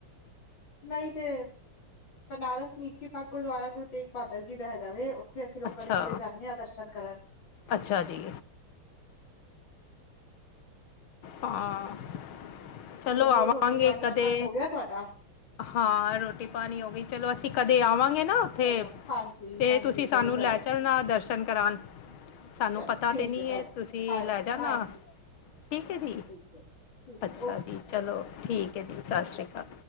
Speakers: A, on the left (about 65°); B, on the left (about 80°).
A: ਨਹੀਂ ਤੇ ਬਨਾਰਸ ਨੀਚੀ ਪਗ ਗੁਰਦੁਆਰਾ ਗੁਰੂ ਤੇਗ ਬਹਾਦਰ ਜੀ ਦਾ ਹੈਗਾ ਵੇ। ਇੱਥੇ ਅਸੀਂ ਲੋਕਾਂ
B: ਅੱਛਾ
A: ਦੇ ਕਦੇ ਜਾਂਦੇ ਹਾਂ ਦਰਸ਼ਨ ਕਰਨ।
B: ਅੱਛਾ ਜੀ। ਹਾਂ। ਚਲੋ ਆਵਾਂਗੇ
A: ਹੋਰ ਰੋਟੀ ਪਾਣੀ
B: ਕਦੇ।
A: ਦਾ ਕੰਮ ਹੋ ਗਿਆ ਤੁਹਾਡਾ
B: ਹਾਂ। ਰੋਟੀ -ਪਾਣੀ ਹੋ ਗਈ ਚਲੋ ਅਸੀਂ ਕਦੇ ਆਵਾਂਗੇ ਨਾ ਉੱਥੇ
A: ਚਲੋ ਹਾਂਜੀ
B: ਤੇ
A: ਹਾਂਜੀ
B: ਤੁਸੀਂ
A: ਜ਼ਰੂਰ
B: ਸਾਨੂੰ ਲੈ
A: ਆਇਓ
B: ਚਲਣਾ ਦਰਸ਼ਨ ਕਰਾਉਣ। ਸਾਨੂੰ
A: ਚਲੋ
B: ਪਤਾ
A: ਠੀਕ
B: ਤੇ ਨਹੀਂ
A: ਭੈਣ
B: ਹੈ, ਤੁਸੀਂ
A: ਹਾਂ
B: ਲੈ ਜਾਣਾ।
A: ਹਾਂਜੀ
B: ਠੀਕ ਹੈ ਜੀ,
A: ਠੀਕ ਹੈ ਠੀਕ
B: ਅੱਛਾ
A: ਹੈ ਓਕੇ
B: ਜੀ, ਚਲੋ ਠੀਕ ਹੈ ਜੀ ਸਤਿ ਸ਼੍ਰੀ ਅਕਾਲ।